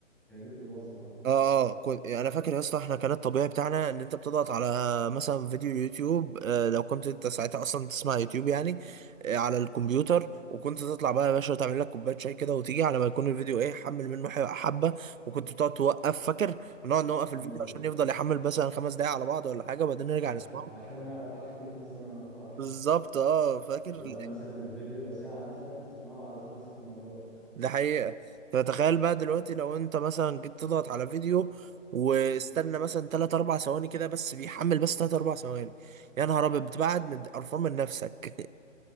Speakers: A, in the centre; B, on the right.
A: كان النت بالوصلة اه
B: اه اه كنت انا فاكر يا اسطى احنا كان الطبيعي بتاعنا ان انت بتضغط على مثلا فيديو يوتيوب آه لو كنت انت ساعتها اصلا تسمع يوتيوب يعني آه على الكمبيوتر وكنت تطلع بقى يا باشا تعمل لك كوبايه شاي كده وتيجي على ما يكون الفيديو ايه حمل منه ح- حبه وكنت بتقعد توقف فاكر نقعد نوقف الفيديو
A: ايوه
B: عشان
A: ايوه
B: يفضل يحمل مثلا خمس دقايق على بعض ولا حاجه وبعدين نرجع
A: عشان
B: نسمعه
A: عشان ما يقطعش كل خمس ثواني ما يقطعش
B: بالظبط اه فاكر
A: اللي هو مثلا الفيديو لو ساعة مثلا تسمعه على خمس ست مرات
B: ده حقيقة فتخيل بقى دلوقتي لو انت مثلا جيت تضغط على فيديو واستنى مثلا 3 4 ثواني كده بس بيحمل بس 3 4 ثواني يا نهار ابيض بتبعد من قرفان من نفسك